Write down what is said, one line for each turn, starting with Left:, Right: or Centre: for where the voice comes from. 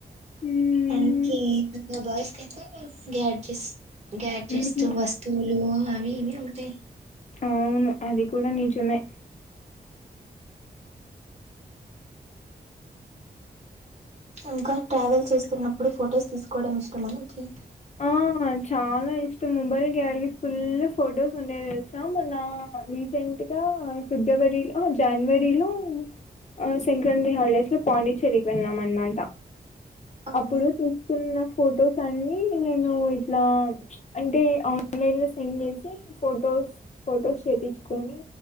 Left: మ్మ్.
Right: అనికి బాయ్స్ కి అయితే గాడ్జెస్ గ్యాడ్జెట్స్
Left: మ్మ్.
Right: వస్తువులు అవి ఇవి ఉంటాయి
Left: అవును అది కూడా నిజమే
Right: ఇంకా ట్రావెల్ చేస్తున్నప్పుడు ఫొటోస్ తీసుకోవడం ఇష్టం మనకి
Left: ఆ చాలా ఇష్టం మొబైల్ గ్యాలరీ ఫుల్ ఫొటోస్ ఉండే తెసినాము నా రీసెంట్గా ఫిబ్రవరిలో జనవరిలో ఆ సంక్రాంతి హాలిడేస్ లో పాండిచ్చేరికి వెళ్ళాం అనమాట
Right: ఆహా
Left: అప్పుడు న్న ఫొటోస్ అన్ని నేను ఇట్లా ప్చ్ అంటే ఆన్లైన్ లో సెండ్ చేసీ ఫోటోస్ ఫోటోస్ చేపిచ్చుకొనీ